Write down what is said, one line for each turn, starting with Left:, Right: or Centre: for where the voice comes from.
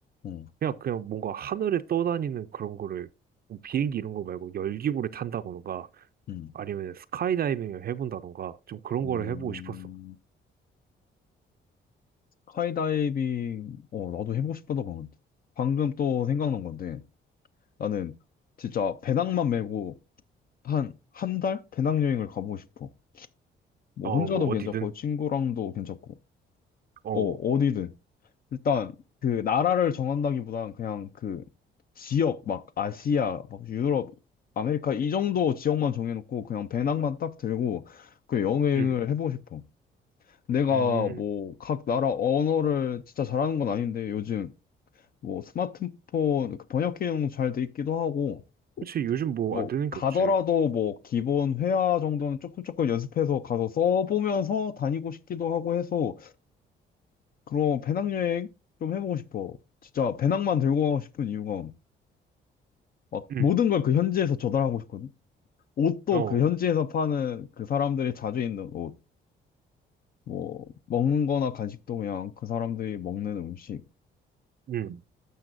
Left: 응.
Right: 그냥, 그냥 뭔가 하늘에 떠다니는 그런 거를, 뭐 비행기 이런 거 말고 열기구를 탄다던가,
Left: 음.
Right: 아니면 스카이다이빙을 해본다던가, 좀 그런
Left: 음.
Right: 거를 해보고 싶었어.
Left: 스카이다이빙, 어, 나도 해보고 싶었던 건 방금 또 생각난 건데, 나는 진짜 배낭만 메고 한, 한 달? 배낭여행을 가보고 싶어. 뭐,
Right: 어,
Left: 혼자도
Right: 뭐,
Left: 괜찮고,
Right: 어디든.
Left: 친구랑도 괜찮고,
Right: 어,
Left: 어, 어디든. 일단, 그, 나라를 정한다기보단 그냥 그, 지역, 막, 아시아, 막, 유럽, 아메리카, 이 정도 지역만 정해놓고, 그냥 배낭만 딱 들고, 그 여행을
Right: 응,
Left: 해보고 싶어. 내가
Right: 음, 음.
Left: 뭐, 각 나라 언어를 진짜 잘하는 건 아닌데, 요즘, 뭐 스마트폰 그 번역 기능 잘 돼 있기도 하고
Right: 그치, 요즘 뭐
Left: 뭐
Right: 안 되는
Left: 가더라도
Right: 게 없지.
Left: 뭐 기본 회화 정도는 조금 조금 연습해서 가서 써보면서 다니고 싶기도 하고 해서 그런 배낭여행 좀 해보고 싶어. 진짜 배낭만 들고 가고 싶은 이유가 막
Right: 음,
Left: 모든 걸 그 현지에서 조달하고 싶거든. 옷도
Right: 어,
Left: 그 현지에서 파는 그 사람들이 자주 입는 옷, 뭐 먹는 거나 간식도 그냥 그 사람들이 먹는 음식.
Right: 음,